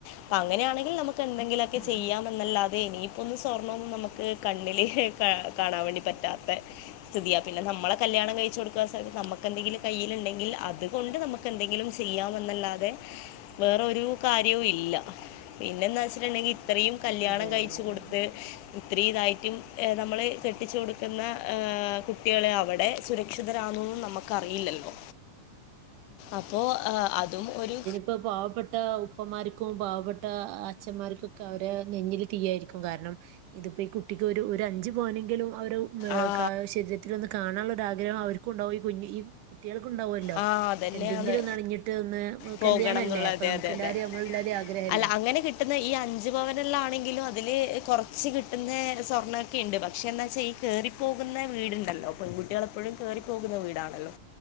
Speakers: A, on the left; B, on the right.
A: അപ്പങ്ങനെയാണെങ്കിൽ നമ ക്കെ ന്തെങ്കിലുമൊക്കെ
B: ഉം
A: ചെയ്യാം എന്നല്ലാതെ ഇനി. ഒന്നും സ്വർണമന്നും നമുക്ക് കണ്ണില് കാണാൻ വേണ്ടി പറ്റാത്ത. സ്ഥിതി. പിന്നെ നമ്മളെ കല്യാണം കഴിച്ച് കൊടുക്കാൻ സമയത്ത് നമുക്കെന്തങ്കിലും കയ്യിയിലുണ്ടെങ്കിൽ അത് കൊണ്ട് നമ ക്കെന്തെങ്കിലും ചെയ്യാമെന്നല്ലാതെ. വേറൊരു കാര്യവും ഇല്ല. പിന്നെന്താച്ചിട്ടുണ്ടെങ്കി ഇത്രയും കല്യാണം
B: അതെ
A: കഴിച്
B: അതെ അതെ
A: കൊട. ഇത്രീതായിട്ടും, നമ്മള് കെട്ടിച്ചു കൊടുക്കുന്ന ഏഹ് കുട്ടികള് അവിടെ സുര. - ക്ഷിതരാണന്നൊന്നും നമുക്കറിയില്ലല്ലോ? അപ്പോ അതും ഒരു.
B: ഇപ്പൊ പാവപ്പെട്ട ഉപ്പമാർക്കും, പാവപ്പെട്ട ഉപ്പമാർക്കും പാവപ്പെട്ട അച്ഛന്മാർക്കും ക്കെ അവരെ നെഞ്ഞില് തീയായിരിക്കും. കാരണം ഇതിപ്പോ ഈ കുട്ടിക്ക് ഒരു ഒരു അഞ്ച് പവനെങ്കിലും അവര്. ഏഹ്
A: ആ
B: ക ശരീരത്തിൽ ഒന്ന് കാണാനുള്ളൊരാഗ്രഹം അവർക്കും ഉണ്ടാവും. ഈ കുഞ്ഞ ഈ- കുട്യേക്കുണ്ടാവോല്ലോ?
A: ആ അതന്നെയാണ്
B: എന്തെൻ ങ്കിലൊന്ന് അണിഞ്ഞിട്ട് ഒന്ന്.
A: പോകണം
B: കല്യാണല്ലേ
A: എന്നുള്ള
B: അപ്പൊ
A: അതെ
B: നമുക്ക്
A: അതെ
B: എല്ലാരേം
A: അതെ
B: നമ്മള എല്ലാരേം ആഗ്രഹല്ലേ?
A: അല്ല അങ്ങനെ കിട്ടുന്ന ഈ അഞ്ചു പവനല്ലാംണെങ്കിലും അതില് കുറച്ച് കിട്ടുന്ന സ്വർണ്ണൊക്കെണ്ട്. പക്ഷെ എന്താ വെച്ചാൽ ഈ കേറി- പോകുന്ന വീടുണ്ടല്ലോ? പെൺകുട്ടികൾ എപ്പോഴും കേറിപ്പോകുന്ന വീടാണല്ലോ?